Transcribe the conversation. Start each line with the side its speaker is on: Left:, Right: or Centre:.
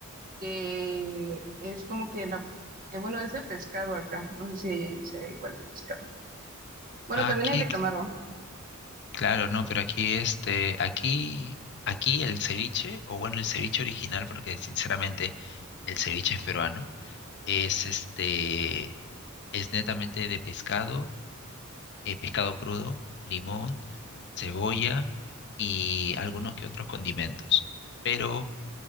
Right: que es como que la, eh, bueno, es de pescado acá, no sé si ahí sea igual de pescado. Bueno, también
Left: Aquí,
Right: hay de
Left: cl-
Right: camarón.
Left: claro, no, pero aquí este, aquí, aquí el ceviche, o bueno, el ceviche original, porque sinceramente el ceviche es peruano, es este, es netamente de pescado eh, pescado crudo, limón, cebolla y algunos que otros condimentos. Pero